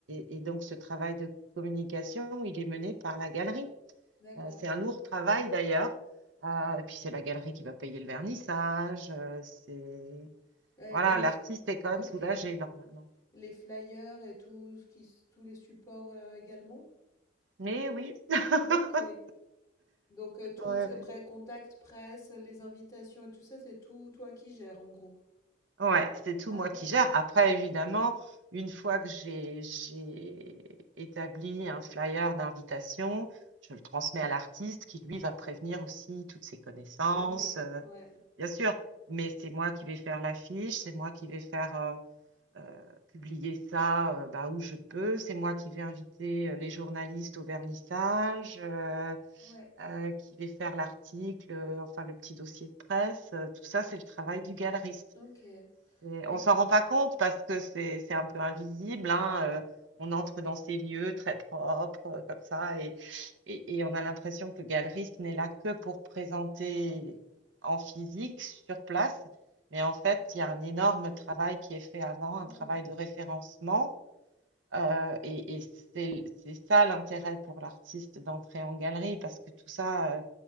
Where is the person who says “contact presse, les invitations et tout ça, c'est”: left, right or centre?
Left